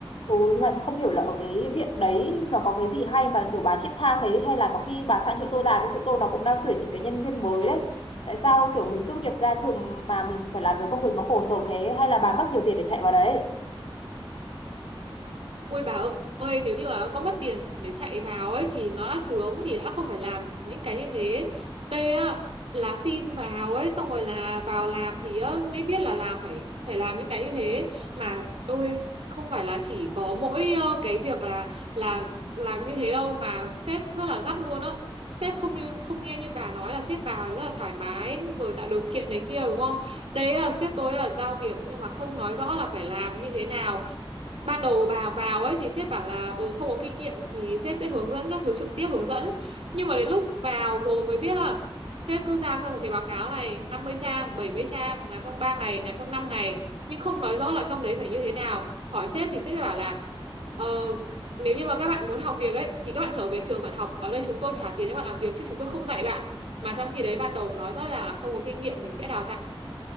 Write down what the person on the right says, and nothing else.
Ui bà ơi, nếu như mà có mất tiền để chạy vào ấy thì nó đã sướng thì đã không phải làm những cái như thế. Đây á là xin vào ấy xong rồi là vào làm thì á, mới biết là làm phải phải làm những cái như thế mà tôi không phải là chỉ có mỗi ờ, cái việc là là là như thế đâu mà sếp rất là gắt luôn á. Sếp không như không nghe như bà nói là sếp bà rất là thoải mái rồi tạo điều kiện này kia đúng không? Đấy là sếp tôi là giao việc nhưng mà không nói rõ là phải làm như thế nào ban đầu bà vào ấy thì sếp bảo là ừ, không có kinh nghiệm thì sếp sẽ hướng dẫn các thứ trực tiếp hướng dẫn nhưng mà đến lúc vào rồi mới biết là sếp cứ giao cho một cái báo cáo này năm mươi trang bảy mươi trang làm trong ba ngày làm trong 5 ngày nhưng không nói rõ là trong đấy phải như thế nào hỏi sếp thì sếp sẽ bảo là ờ, nếu như mà các bạn muốn học việc ấy thì các bạn trở về trường bạn học ở đây chúng tôi trả tiền cho bạn làm việc chứ chúng tôi không dạy bạn mà trong khi đấy ban đầu nói rõ ràng là không có kinh nghiệm thì sẽ đào tạo